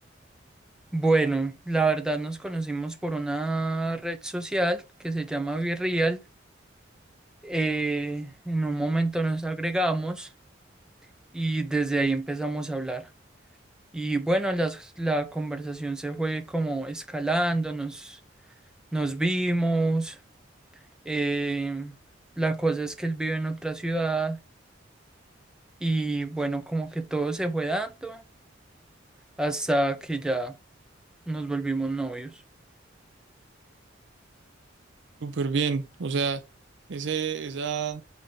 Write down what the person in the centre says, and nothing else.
Bueno, la verdad nos conocimos por una red social que se llama Virreal. Eh, en un momento nos agregamos y desde ahí empezamos a hablar. Y bueno, las- la conversación se fue como escalando, nos, nos vimos. eh, la cosa es que él vive en otra ciudad y bueno, como que todo se fue dando hasta que ya nos volvimos novios.